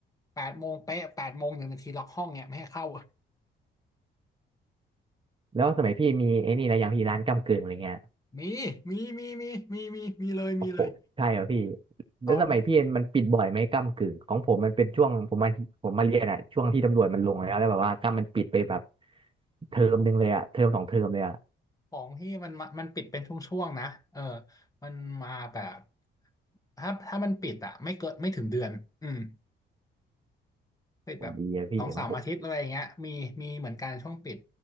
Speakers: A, on the left; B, on the right.
A: แปดโมงเป๊ะแปดโมงหนึ่งนาทีล็อกห้องเนี่ยไม่ให้เข้า
B: แล้วสมัยพี่มีไอ้นี่แลรวยางพี่ร้านก้ำกึ่งอะไรเงี้ย
A: <laughs> มีมีมีมีมีมีมีเลยมีเลย
B: โอ้โหใช่เหรอพี่แล้วสมัยพี่มันปิดบ่อยไหมก้ำกึ่งของผมมันเป็นช่วงผมมาผมมาเรียนอะช่วงที่ตำรวจมันลงแล้วแล้วแบบว่าก้ำมันปิดไปแบบ
A: ตอน
B: เทอมหนึ่งเลยอะเทอมสองเทอมเลยอะ
A: ของที่มันมามันปิดเป็นช่วงๆนะเออมันมาแบบถ้าถ้ามันปิดอะไม่เกินไม่ถึงเดือนอืมปิดแบบสองสามอาทิตย์อะไรอย่างเงี้ยมีมีเหมือนกันช่วงปิด
B: ผมดีอะพี่ของผม